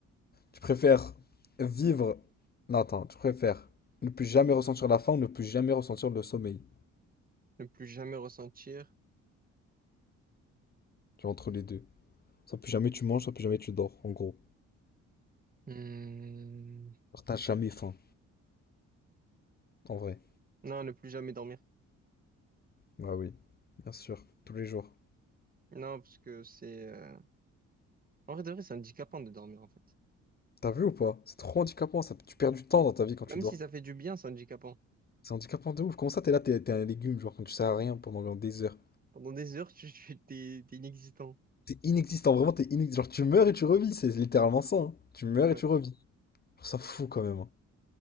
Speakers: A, on the left (about 30°); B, on the right (about 30°).
A: Tu préfères vivre. Non, attends, tu préfères ne plus jamais ressentir la faim ou ne plus jamais ressentir le sommeil.
B: Ne plus jamais ressentir.
A: Tu vois, entre les deux. Soit plus jamais tu manges, soit plus jamais tu dors, en gros.
B: Hmm.
A: Alors, t'as jamais faim, en vrai.
B: Non, ne plus jamais dormir.
A: Bah oui, bien sûr, tous les jours.
B: Non, parce que c'est... euh, En vrai, de vrai, c'est handicapant de dormir, en fait.
A: T'as vu ou pas? C'est trop handicapant, ça. Tu perds du temps dans ta vie quand
B: Même
A: tu dors.
B: si ça fait du bien, c'est handicapant.
A: C'est handicapant de ouf. Comment ça, t'es là, t'es t'es un légume, genre, quand tu sers à rien pendant des heures.
B: Pendant des heures, tu, tu- t'es, t'es inexistant.
A: T'es inexistant, vraiment, t'es inexistant. Genre, tu meurs et tu revis, c'est littéralement ça. hein. Tu meurs
B: Ouais.
A: et tu revis. Je trouve ça fou quand même. hein.